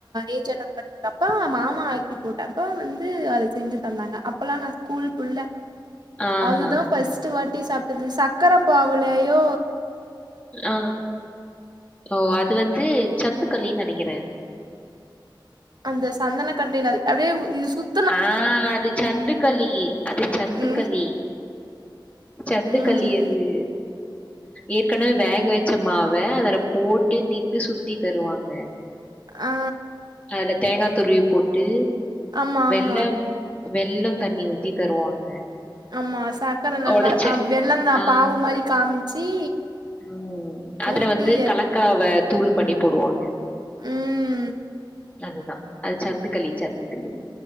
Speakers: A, on the right; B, on the left.
A: ஏஜ் அட்டன் பண்ணப்ப மாமா ஆக்கி போட்டு ப்ப வந்து அத செஞ்சு தந்தாங்க அப்பலா நா ஸ்கூல் குள்ள
B: ஆஹா
A: அதுதா ஃபர்ஸ்ட் வாட்டி சாப்ட்து சக்கர பாவூலயு
B: ஆ ஓ அது வந்து சந்துக்கலின்னு நினைக்கிற
A: அந்த சந்தன கட்டல அதே இது சுத்
B: ஆ அது சந்துக்கலி அது சந்துக்கள்ளி
A: ம்
B: சந்து
A: ம்
B: கல்லி அது ஏற்கனவே வேக வச்சமாவ அதல போட்டு நின்டு சுத்தி தருவாங்க
A: ஆ
B: அதுல தேங்கா துருவி போட்டு
A: ஆமா
B: வெள்ளம்
A: ஆமா
B: வெள்ளத் தண்ணி ஊத்தி தருவாங்க
A: ஆமா சக்கர நல்லா
B: ஒடச்ச
A: ம் வெள்ள ந
B: ஆ
A: பாவு மாரி காமிச்சி
B: ம் அதுல
A: ஊத்தி
B: வந்து கலக்காவ தூள் பண்ணி போடுவாங்க
A: ம்
B: அதுதா அது சந்துக்களி சந்துக்களி